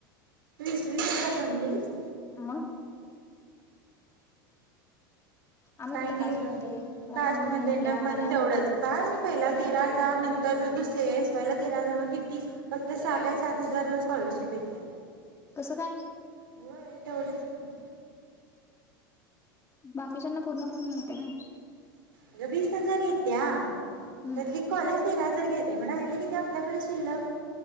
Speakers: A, on the right (about 80°); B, on the left (about 25°).
A: इसवी पपर भरलीस.
B: मग आम्ही
A: काही
B: कुठं
A: नाही
B: कास्टमध्ये
A: ग कास्ट
B: ओपन मध्ये
A: म
B: म्हणले
A: ना
B: आम्हाला
A: पण तेवढंच बाार मी पहिला तेरा हजार नंतरुस एस वाय ला तेरा हजार मग किती फक्त सात सात हजार स्कॉलरशिप येते.
B: कसं काय
A: होय तेवढेच ना.
B: बाकीच्याना पूर्ण पूर्ण मिळते ना.
A: अ वीस हजार येत्या
B: हम्म
A: त्यातली कॉलेज तेरा हजार घेतेत. तेे म्हण आहिले की ते आपल्याकडे शिल्लक